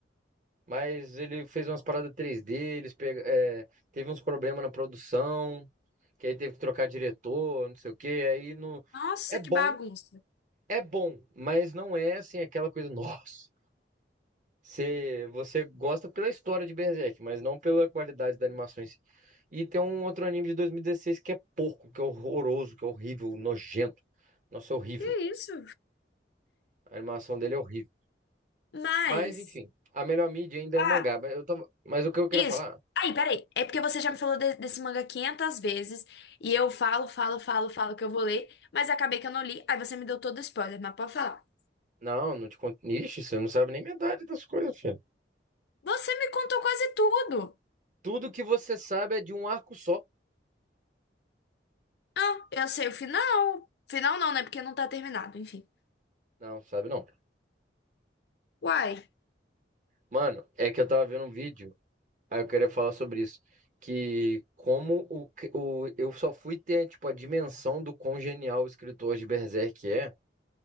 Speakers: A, on the right (about 45°); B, on the left (about 65°).
A: Mas ele fez umas paradas 3D, eles pega... é, teve uns problemas na produção, que aí teve que trocar diretor, não sei o quê. Aí não...
B: Nossa,
A: É bom,
B: que bagunça.
A: é bom, mas não é assim aquela coisa, <laughs> nossa. Você, você gosta pela história de Berserk, mas não pela qualidade da animação em si. E tem um outro anime de 2016 que é porco, que é horroroso, que é horrível, nojento. Nossa, é horrível.
B: Que isso?
A: A animação dele é horrível.
B: Mas.
A: Mas, enfim, a melhor mídia ainda
B: Ah,
A: é o mangá. Mas, eu tava... mas o que eu queria
B: isso.
A: falar?
B: Aí, peraí. É porque você já me falou de- desse manga 500 vezes. E eu falo, falo, falo, falo que eu vou ler. Mas acabei que eu não li. Aí você me deu todo o spoiler. Mas pode falar.
A: Não, não te conto. Ixi, você não sabe nem metade das coisas, filho.
B: Você me contou quase tudo.
A: Tudo que você sabe é de um arco só.
B: Ah, eu sei o final. Final não, né? Porque não tá terminado, enfim.
A: Não, sabe não.
B: Uai.
A: Mano, é que eu tava vendo um vídeo. Aí eu queria falar sobre isso. Que como o, cri- o, eu só fui ter, tipo, a dimensão do quão genial o escritor de Berserk é